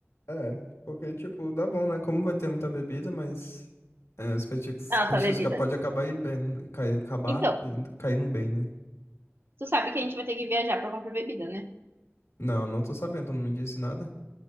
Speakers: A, on the left; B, on the right.
A: É, porque, tipo, dá bom, né? Como vai ter muita bebida, mas é, os petiscos,
B: Ah,
A: petiscos
B: só bebida.
A: pode acabar indo bem, cair, acabar
B: Então,
A: indo, caindo bem, né?
B: tu sabe que a gente vai ter que viajar pra comprar bebida, né?
A: Não, não tô sabendo, tu não me disse nada.